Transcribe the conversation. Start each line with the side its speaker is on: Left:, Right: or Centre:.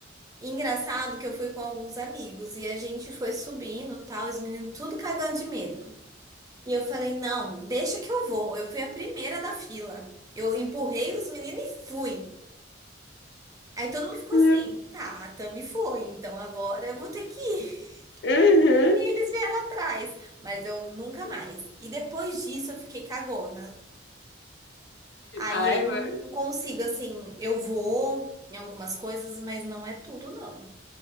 Right: E engraçado que eu fui com alguns amigos e a gente foi subindo, tal, os meninos tudo cagando de medo. E eu falei, não, deixa que eu vou. Eu fui a primeira da fila. Eu empurrei os meninos e fui. Aí todo mundo ficou
Left: meu.
Right: assim, tá, a Tami foi, então agora eu vou ter que ir.
Left: Uhum.
Right: <laughs> Aí eles vieram atrás, mas eu nunca mais. E depois disso eu fiquei cagona. Aí
Left: Ai,
Right: eu
Left: mano.
Right: não consigo, assim, eu vou em algumas coisas, mas não é tudo, não.